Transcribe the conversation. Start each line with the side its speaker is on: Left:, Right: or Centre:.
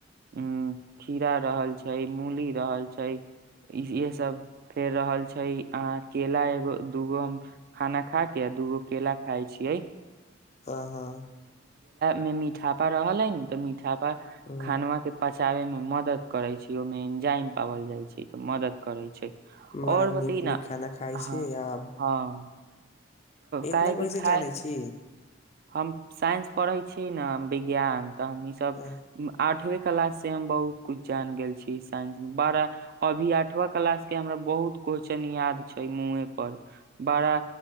Right: उ खीरा रहल छै मूली रहल छै। इहे सब फेर रहल छै। अहाँ केला एगो दूगो हम खाना खा के आ दूगो केेला खााय छी। यै
Left: हँ हँ
Right: मे मीठापा रहलै तऽ मीठा
Left: हाँ,
Right: खानवा के पच पचाबै में मदद करे छै। ओहि मे एंजइम पावल जाय छै त मदद करे छै।
Left: बड़ा
Right: और
Left: नीक-नीक
Right: बतै न
Left: खाना खाइ
Right: हँ
Left: छियै आब‌।
Right: हँ
Left: इतना‌
Right: काहेकि
Left: कैसे
Right: खाय
Left: जानै छी?
Right: हम साइंस पढ़ै छी ने विज्ञान। तऽ हम ई सब
Left: हाँ,
Right: आठवीं क्लास से हम बहुत कुछ जान गेल छी साइंस में। बड़ा अभी आठवा क्लास के हमरा बहुत क्वेश्चन याद छै मुँहे पर। बड़ा